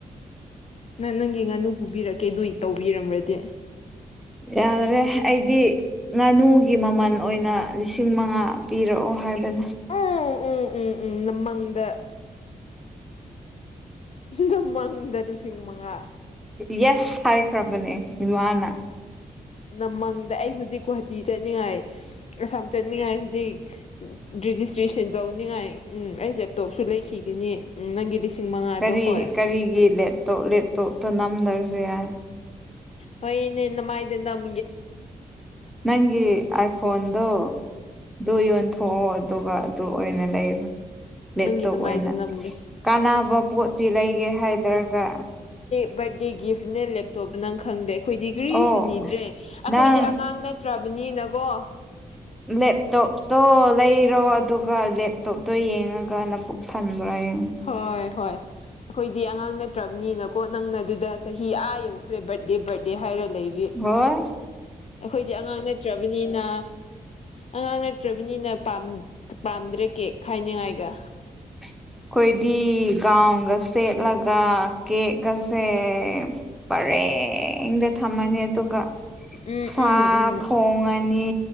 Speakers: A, on the left (about 45°); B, in the centre.
A: ꯅꯪ ꯅꯪꯒꯤ ꯉꯥꯅꯨ ꯄꯨꯕꯤꯔꯛꯀꯦ ꯑꯗꯨꯏ ꯇꯧꯕꯤꯔꯝꯃ꯭ꯔꯗꯤ
B: ꯌꯥꯔꯦ ꯑꯩꯗꯤ ꯉꯥꯅꯨꯒꯤ ꯃꯃꯜ ꯑꯣꯏꯅ ꯂꯤꯁꯤꯡ ꯃꯉꯥ ꯄꯤꯔꯛꯑꯣ ꯍꯥꯏꯕ <inaudible>
A: ꯎꯝ ꯎꯝ ꯎꯝ ꯎꯝ ꯅꯃꯪꯗ ꯅꯃꯪꯗ ꯂꯤꯁꯤꯡ ꯃꯉꯥ
B: ꯌꯦꯁ ꯊꯥꯏ ꯈꯔ ꯃꯅꯤ ꯏꯃꯅ
A: ꯅꯃꯥꯡꯗ ꯑꯩ ꯍꯧꯖꯤꯛ ꯒꯨꯍꯥꯇꯤ ꯆꯠꯅꯤꯡꯉꯥꯏ ꯑꯁꯥꯝ ꯆꯠꯅꯤꯡꯉꯥꯏ ꯍꯧꯖꯤꯛ ꯔꯦꯖꯤꯁꯇ꯭ꯔꯦꯁꯟ ꯇꯧꯅꯤꯡꯉꯥꯏ ꯎꯝ ꯑꯩ ꯂꯦꯞꯇꯣꯞꯁꯨ ꯂꯩꯈꯤꯒꯅꯤ ꯎꯝ ꯅꯪꯒꯤ ꯃꯉꯥꯗꯣ
B: ꯀꯔꯤ
A: ꯍꯣꯏ
B: ꯀꯔꯤꯒꯤ ꯂꯦꯠꯇꯣ ꯂꯦꯞꯠꯇꯣ ꯣ ꯅꯝ ꯗꯔꯌꯥ
A: ꯍꯣꯏꯅꯦ ꯅ ꯃꯥꯥꯏꯗ ꯅꯝ
B: ꯅꯪꯒꯤ ꯑ ꯐꯣꯟꯟꯗꯨꯣ ꯗꯣꯏꯣꯌꯣ ꯊꯣꯛꯑꯣ ꯑꯗꯨꯒ ꯑꯗꯨ ꯑꯣꯏꯅ ꯂꯩꯕ ꯂꯦꯞꯇꯣꯞ
A: ꯅꯪꯒꯤ ꯅꯃꯥꯏꯗ
B: ꯑꯣꯏꯅ
A: ꯅꯝꯒꯦ
B: ꯀꯥꯟꯅꯕ ꯄꯣꯠꯁꯤ ꯂꯩꯒꯦ ꯍꯥꯏꯗ꯭ꯔꯒ
A: ꯕꯔꯗꯦ ꯒꯤꯐꯠꯅꯦ ꯂꯦꯞꯇꯣꯞ ꯅꯪ ꯈꯪꯗꯦ ꯑꯩꯈꯣꯏꯗꯤ ꯀꯔꯤꯁꯨ
B: ꯑꯣ
A: ꯅꯤꯗ꯭ꯔꯦ ꯑꯩꯈꯣꯏꯗꯤ
B: ꯅꯪ
A: ꯑꯉꯥꯡ ꯅꯠꯇ꯭ꯔꯕꯅꯤꯅ ꯣ
B: ꯂꯩꯣꯣ ꯂꯩꯥꯏ ꯏꯔꯣ ꯑꯗꯨꯒ ꯂꯦꯞꯇꯣꯞꯇꯣ ꯌꯦꯡꯉꯒ ꯂ ꯄꯨꯕꯨꯛ ꯊꯟꯕ꯭ꯔꯥ ꯌꯦꯡꯉꯣ
A: ꯍꯣꯏ ꯍꯣꯏ ꯑꯩꯈꯣꯏꯗꯤ ꯑꯉꯥꯡ ꯅꯠꯇ꯭ꯔꯕꯅꯤꯅꯀꯣ ꯅꯪꯅ ꯑꯗꯨꯗ ꯆꯍꯤ ꯑꯥ ꯌꯧꯈ꯭ꯔꯦ ꯕꯔꯠꯗꯦ ꯕꯔꯗꯦ ꯍꯥꯏꯔ ꯂꯩꯔꯤ
B: ꯍꯣꯏ
A: ꯑꯩꯈꯣꯏꯗꯤ ꯑꯉꯥꯡ ꯅꯠꯇ꯭ꯔꯕꯅꯤꯅ ꯑꯉꯥꯡ ꯅꯠꯇ꯭ꯔꯕꯅꯤꯅ ꯄꯥꯝꯗ꯭ꯔꯦ ꯀꯦ ꯍꯥꯏꯥꯏꯅꯤꯉꯥꯏꯒ
B: ꯑꯩꯈꯣꯏꯗꯤ ꯒꯥꯎꯟꯒ ꯁꯦꯠꯂꯒ ꯀꯦꯛꯀꯁꯦ ꯄꯔꯦ ꯡꯗ ꯊꯝꯃꯅꯤ ꯑꯗꯨꯒ
A: ꯎꯝ
B: ꯁꯥ
A: ꯎꯝ ꯎꯝ
B: ꯊꯣꯡꯉꯅꯤ